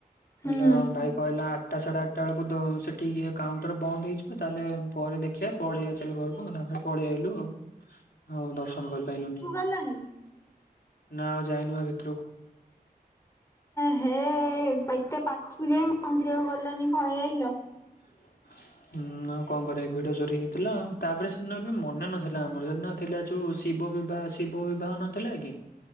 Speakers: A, on the left (about 20°); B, on the left (about 75°).
A: ହୁଁ
B: ହେଲେ ଭାଇ କହିଲା ଆଠଟା ସାଢ଼େ ଆଠଟା ବେଳକୁ ସେଠି ଇଏ କାଉଣ୍ଟର ବନ୍ଦ ହେଇଯିବ। ତାହେଲେ ପରେ ଦେଖିବା, ପଳେଇ ଚାଲେଲେ ଘରକୁ ନଲେ ପଳେଇ ଆଇଲୁ ଆଉ ଦର୍ଶନ କରିପାରଲୁନି।
A: ମିଳିଲାନି।
B: ନା ଆଉ ଯାଇନବା ଭିତରକୁ।
A: ହେ ଏତେ ପାଖକୁ ଯାଇ ମନ୍ଦିରକୁ ଗଲନି ପଳେଇ ଆଇଲ।
B: <inaudible> ହୁଁ ଆଉ କଣ କରିବା ଭିଡି ଚୋରି ହେଇଥିଲା, ତାପରେ ସେଦିନ ବି ମନେ ନଥିଲା ଆମର ସେଦ ଥିଲା ଯୋଉ ଶିବ ବିବାହ, ଶିବ ବିବାହ ନଥିଲା କି